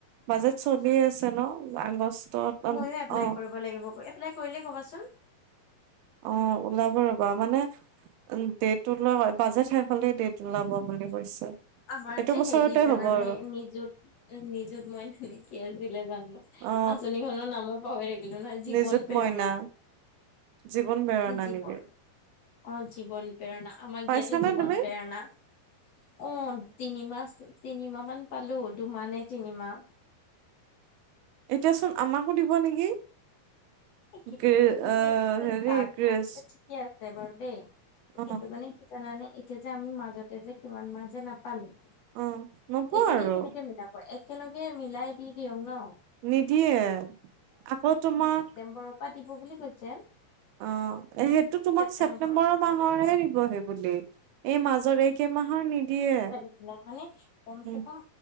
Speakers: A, on the right; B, on the left.
A: বাজেট চলি আছে ন আগষ্টত।
B: মইয়ো এপ্লাই
A: অ
B: কৰিব লাগিব গৈ এপ্লাই কৰিলে ক'বাচোন।
A: অঁ ওলাব ৰবা মানে উম ডেট ওলোৱা বাজেত শেষ হলেই ডেট ওলাব বুলি কৈছে।
B: আমাৰ
A: এইটো
B: যে
A: বছৰতে
B: হেৰি জানানে
A: হ'ব আৰু
B: নিজুত নিজুত মইনা নে কি আছিলে জানো
A: অ
B: আঁচনি খনৰ নামো পাহৰি থাকিলো নহয় জীৱন
A: নিজুত
B: প্ৰেৰণা।
A: মইনা জীৱন প্ৰেৰণা
B: জীৱন
A: নেকি?
B: অ জীৱন প্ৰেৰণা আমাক
A: পাইছানে
B: দিয়াতো জীৱন
A: তুমি?
B: প্ৰেৰণা। অ' তিনিমাহ, তিনিমাহ মান পালোঁ দুমাহ নে তিনিমাহ।
A: এতিয়াচোন আমাকো দিব নেকি।
B: কিন্তু
A: গ্ৰে
B: <unintelligible> এতিয়া
A: অ
B: যে
A: হেৰি
B: ষ্টাৰ্ট
A: গ্ৰেছ
B: কৰিছে ঠিকে আছে বাৰু দেই
A: অ
B: কিন্তু মানে কি জানানে এতিয়া যে আমি মাজতে যে কিমান মাহ যে নাপালোঁ
A: অ নোপোৱা
B: এইটো
A: আৰু
B: এতিয়া কেনেকে মিলাব, একেলগে মিলাই দি দিয়ক ন'।
A: নিদিয়ে, আকৌ তোমাৰ
B: নম্বেৰৰ পৰা দিব বুলি কৈছে।
A: অ সেইটো তোমাক
B: ছেপ্তেম্বৰ
A: ছেপটেম্বৰৰ মাহৰহে দিব সেই বুলি, এই মাজৰ এই কেইমাহৰ নিদিয়ে।
B: তাৰমানে কমচেকম
A: উম